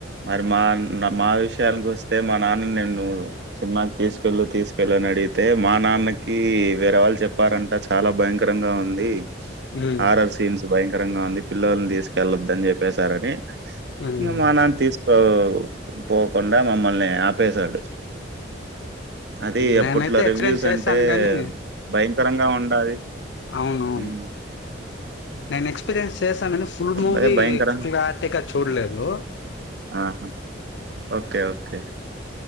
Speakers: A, on the right (about 60°); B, on the left (about 70°).
A: మరి మా నా మా విషయానికి వస్తే మా నాన్న నేను సినిమాకి తీసుకెళ్ళు తీసుకెళ్ళు అని అడిగితే మా నాన్నకి వేరే వాళ్ళు చెప్పారంట చాలా భయంకరంగా ఉంది
B: ఉమ్
A: ఆర్ఆర్ సీన్స్ భయంకరంగా ఉంది పిల్లని తీసుకెళ్లద్దు అని చెప్పేశారని
B: ఉమ్
A: ఇమ్మానా తీసు ఆ పోకుండా మమ్మల్ని ఆపేశాడు అది
B: నేనైతే
A: అప్పట్లో
B: ఎక్స్ప్
A: రివ్యూస్
B: చేస్తాను
A: అంటే
B: గాని
A: భయంకరంగా ఉండాలి
B: అవునువును
A: హ్మ్
B: నేను ఎక్స్పీరియన్స్ చేశానని ఫుల్ మూవీ
A: అదే భయంకరంగా
B: క్లటిగా చూడలేదు
A: ఆహా ఓకే ఓకే